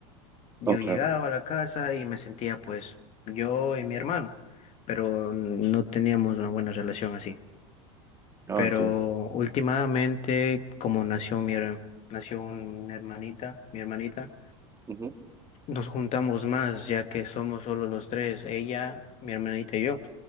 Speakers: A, on the left (about 45°); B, on the right (about 20°).
A: Yo
B: Oh, claro,
A: llegaba a la casa y me sentía pues yo y mi hermano, pero no teníamos una buena relación así.
B: no,
A: Pero
B: entiendo.
A: últimamente, como nació mi, her- nació una hermanita, mi hermanita,
B: Ujú,
A: nos juntamos más ya que somos solo los tres, ella, mi hermanita y yo.